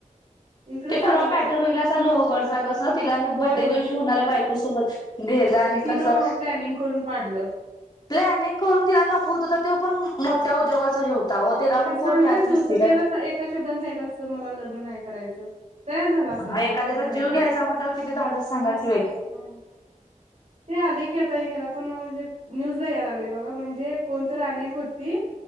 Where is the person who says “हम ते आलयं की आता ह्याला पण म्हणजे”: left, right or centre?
Right